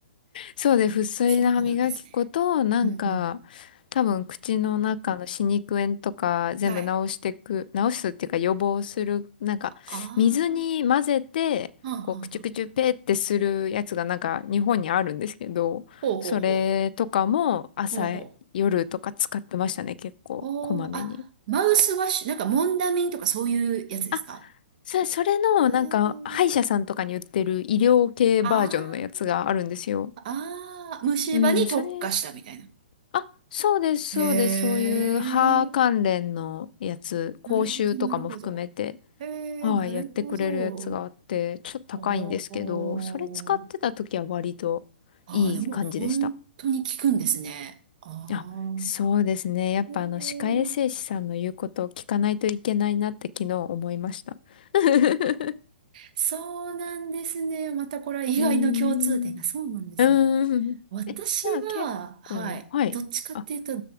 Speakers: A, on the left; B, on the right.
A: そうで、不粋な歯磨き粉と、
B: そうなんですね。
A: なんか、
B: うんうん。
A: 多分口の中の歯肉炎とか全部治してく、
B: はい。
A: 治すっていうか予防する、なんか、
B: あ
A: 水に混ぜて、
B: あ、はんはんはん。
A: こう、くちゅくちゅペーってするやつがなんか日本にあるんですけど、
B: ほうほうほ
A: それとかも朝、
B: う。ほうほう。
A: 夜とか使ってましたね、結構、
B: おー、
A: こまめに。
B: あ、マウスワッシュ、なんかモンダミンとかそういうやつですか
A: あ、そ、それの、
B: うーん。
A: なんか、歯医者さんとかに売ってる医療系バージョンのやつがあるんですよ。
B: ああああ虫歯に特化したみたいな。
A: うん、それあ、そうです、
B: へー。
A: そうです。そういう歯関連のやつ、講習とかも含めて、
B: なるほど、なるほど。へー、
A: はい、
B: なるほど。
A: やってくれるやつがあって、ちょっと高いんですけど、
B: あー。
A: それ使ってた時は割といい感じでした。
B: ああでも本当に効くんですね。あ
A: あ、そうですね。
B: あ
A: やっぱあの、
B: へ
A: 歯科衛生士さんの言うことを聞かないといけないなって昨日思いました。
B: え
A: <laughs>
B: そうなんですね。またこれは意外の共通点が。
A: うーん。
B: そうなんですね。
A: <laughs> うーん。
B: 私は、
A: <laughs> え、じゃあ結構、
B: はい、
A: はい。
B: どっちかっていうと、
A: あ、